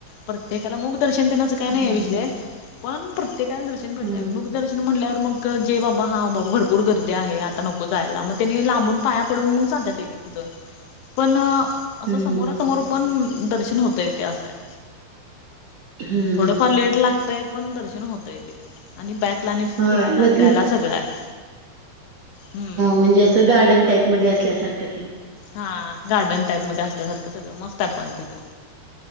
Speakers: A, on the left (about 75°); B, on the right (about 50°).
A: प्रत्येकाला मुख दर्शन देण्याच काय
B: हम्म
A: नाही या विषय पण प्रत्येकाला दर्शन भेटतय
B: हम्म हम्म
A: मुख दर्शन म्हणल्यावर मग जे ब हा बाबा भरपूर गर्दी आहे आता नको जायला मग त्यांनी लांबून पाया पडून मग जातात एक एक जण पण अ असं
B: हम्म
A: समोरासमोर पण दर्शन होतय ते अस आहे
B: हम्म
A: थोडंफार
B: हम्म
A: लेट लागतय पण दर्शन होतंय ते आणि बॅक ला आणि फिरायला
B: बर म
A: बिरायला
B: ते अ
A: सगळं आहे. हम्म
B: म्हणजे असं गार्डन टाईप मध्ये असल्यासारखं ते
A: हा गार्डन टाईप मध्ये असल्यासारखं सगळं मस्त आहे पण तिथं.